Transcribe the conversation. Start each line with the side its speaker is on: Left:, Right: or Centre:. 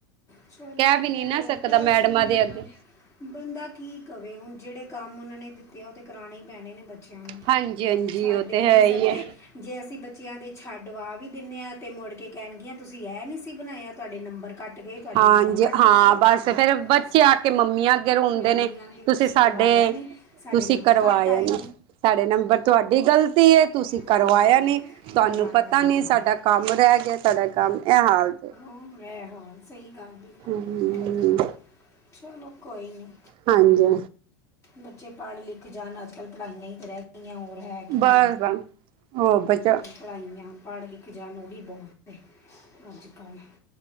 Left: ਚਲੋ
Right: ਕੈਹ ਵੀ ਨੀ
Left: ਹੋਰ
Right: ਨਾ ਸਕਦਾ।
Left: ਬਸ
Right: ਮੈਡਮਾਂ
Left: ਹੁਣ
Right: ਦੇ ਅੱਗੇ
Left: ਬ- ਬੰਦਾ ਕੀ ਕਵੇ ਹੁਣ, ਜੇਹੜੇ ਕੰਮ ਓਨਾਂ ਨੇ ਦਿੱਤੇ। ਓਹ ਤੇ ਕਰਾਉਣੇ ਹੀ ਪੈਣੇ ਨੇ ਬੱਚੇਆਂ ਨੂੰ
Right: ਹਾਂਜੀ ਹਾਂਜੀ
Left: ਛੱਡ
Right: ਉਹ
Left: ਵੀ
Right: ਤੇ ਹੈ
Left: ਨੀ ਸਕਦੇ,
Right: ਹੀ ਹੈ
Left: ਜੇ ਅਸੀਂ ਬੱਚਿਆਂ ਦੇ ਛੱਡਵਾ ਵੀ ਦਿੰਨੇ ਆ, ਤੇ ਮੁੜ ਕੇ ਕੈਹਗੀਆਂ ਤੁਸੀਂ ਏਹ ਨੀ ਸੀ ਬਣਾਇਆ। ਤੁਹਾਡੇ ਨੰਬਰ ਘੱਟ ਗੇ, ਤੁਹਾਡੇ
Right: ਹਾਂਜੀ
Left: ਨੰਬਰ ਕੱਟ
Right: ਹਾਂ
Left: ਗਏ,
Right: ਬਸ ਫੇਰ
Left: ਬਸ
Right: ਬੱਚੇ ਆ ਕੇ ਮੰਮੀਆਂ ਅੱਗੇ ਰੋਂਦੇ
Left: ਮੰਨ
Right: ਨੇ
Left: ਤੁਸੀਂ
Right: ਸਾਡੇ
Left: ਕਰਵਾਇਆ ਨੀ ਸਾਡੇ
Right: ਤੁਸੀਂ
Left: ਨੰਬਰ
Right: ਕਰਵਾਇਆ
Left: ਘੱਟ ਆਏ।
Right: ਨੀ ਸਾਡੇ ਨੰਬਰ, ਤੁਹਾਡੀ ਗ਼ਲਤੀ ਐ। ਤੁਸੀਂ
Left: ਹਾਂ
Right: ਕਰਵਾਇਆ ਨੀ, ਤੁਹਾਨੂੰ
Left: ਕਰਵਾਇਆ
Right: ਪਤਾ
Left: ਨਹੀਂ
Right: ਨੀ, ਸਾਡਾ ਕੰਮ ਰੈਹ ਗਿਆ। ਸਾਡਾ ਕੰਮ ਐਹ ਹਾਲ
Left: ਐ ਹਾਲ ਏ। ਸਹੀ ਗੱਲ, ਬਿਲਕੁਲ
Right: ਹੂੰ
Left: ਵਧੀਆ, ਚਲੋ ਕੋਈ ਨੀ।
Right: ਹਾਂਜੀ
Left: ਬੱਚੇ ਪੜ੍ਹ-ਲਿਖ ਜਾਣ, ਅੱਜ ਕੱਲ੍ਹ ਪੜ੍ਹਾਈਆਂ ਹੀ ਤਾਂ ਰੈਹ ਗਈਆਂ। ਹੋਰ ਹੈ, ਕੀ
Right: ਬਸ
Left: ਹੈ?
Right: ਬਸ ਉਹ ਬੱਚਾ
Left: ਪੜ੍ਹਾਈਆਂ ਪੜ੍ਹ-ਲਿਖ ਜਾਣ, ਓ ਵੀ ਬੋਤ, ਅੱਜ ਕੱਲ੍ਹ